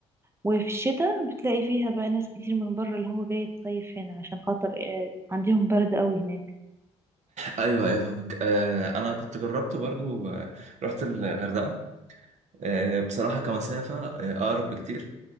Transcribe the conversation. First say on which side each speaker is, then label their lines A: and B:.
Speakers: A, on the right (about 20°); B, on the right (about 55°).
A: وفي الشتاء بتلاقي فيها بقى ناس كتير من بره اللي هو جاي الصيف هنا عشان خاطر آه، عندهم برد قوي هناك
B: ايوه ايوه فاهمك آه انا كنت جربت برضو آه، رحت الغردقه آه بصراحه كمسافه آه، اقرب بكتير